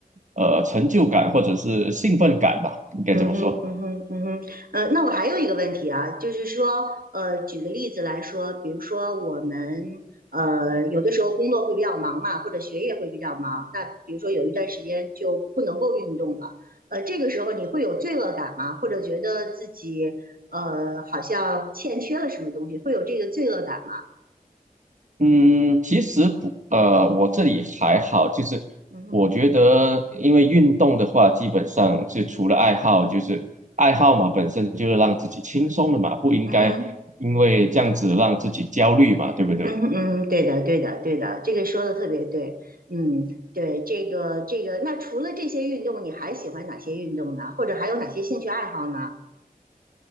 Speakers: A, on the right; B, on the right.
A: 呃成就感或者是兴奋感吧，应该这么说。
B: 嗯哼，嗯哼，嗯哼，呃，那我还有一个问题啊，就是说，呃，举个例子来说，比如说我们，呃，有的时候工作会比较忙嘛，或者学业会比较忙，那比如说有一段时间就不能够运动了，呃，这个时候你会有罪恶感吗？或者觉得自己，呃，好像欠缺了什么东西，会有这个罪恶感吗？
A: 嗯，其实不，呃，我这里还好，就是我觉得，
B: 嗯哼，
A: 因为运动的话，基本上是除了爱好，就是爱好嘛，本身就是让自己轻松的嘛，不应该因为这样子让自己焦虑嘛，
B: 嗯哼。
A: 对不对？
B: 嗯嗯，对的，对的，对的，这个说的特别对。嗯，对，这个这个，那除了这些运动，你还喜欢哪些运动呢？或者还有哪些兴趣爱好呢？